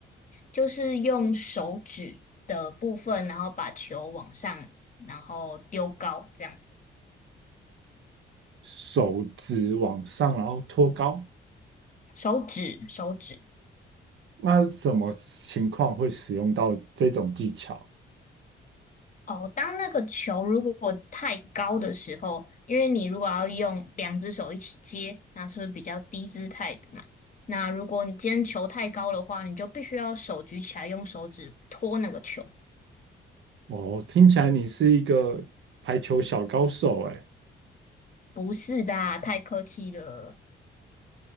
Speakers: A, on the left; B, on the right.
A: 就是用手指的部分，然后把球往上，然后丢高这样子。
B: 手指往上，然后托高。
A: 手指，手指。
B: 那什么情况会使用到这种技巧？
A: 哦，当那个球如果太高的时候，因为你如果要用两只手一起接，那是不是比较低姿态的嘛？那如果你今天球太高的话，你就必须要手举起来，用手指托那个球。
B: 哦，听起来你是一个排球小高手哎。
A: 不是的啊太客气了。